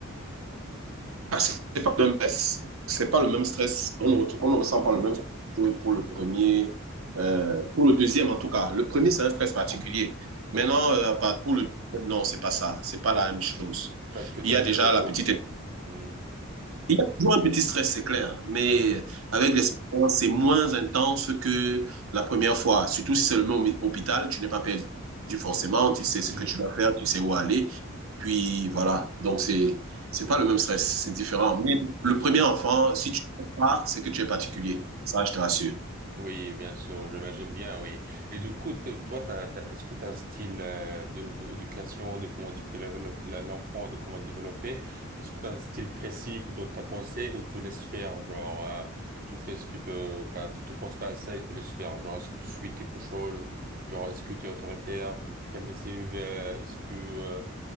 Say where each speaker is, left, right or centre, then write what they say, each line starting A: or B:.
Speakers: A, on the right; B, on the right.
A: Ah, c'est c'est pas le même stress. C'est pas le même stress. On
B: Mhm.
A: ne, ret- on ne ressent pas le même stress pour le premier, euh, pour le deuxième en tout cas. Le premier, c'est un stress particulier. Maintenant,
B: Oui,
A: euh, pas- pour le deuxième, non, c'est pas ça. C'est pas la même chose.
B: parce que t'as
A: Il y
B: déjà
A: a déjà
B: vécu.
A: la petite.
B: Mhm.
A: Il y a toujours un petit stress, c'est clair, mais
B: Mhm.
A: avec l'expérience, c'est moins intense que la première fois. Surtout si c'est le même hôpital, tu n'es pas perdu forcément, tu sais ce
B: Mhm.
A: que tu dois faire, tu sais où aller. Puis voilà, donc c'est c'est pas le
B: Mhm.
A: même stress, c'est différent. Mais
B: Bien
A: le
B: sûr.
A: premier enfant, si tu ne fais pas, c'est que tu es particulier. Ça, je te rassure.
B: Oui, bien sûr, j'imagine bien, oui. Et du coup, t- toi, t'as, t'as- est-ce que tu as un style euh, de, de- d'éducation, de comment éduquer le- le- la- l'enfant, de comment le développer? Est-ce que tu as un style précis que- dont tu as pensé ou tu laisses faire, genre, euh, tu fais ce que te, enfin, tu te penses pas à ça et tu laisses faire, genre, est-ce que tu suis quelque chose, genre, est-ce que tu es autoritaire, tu es permissive, euh, est-ce que euh,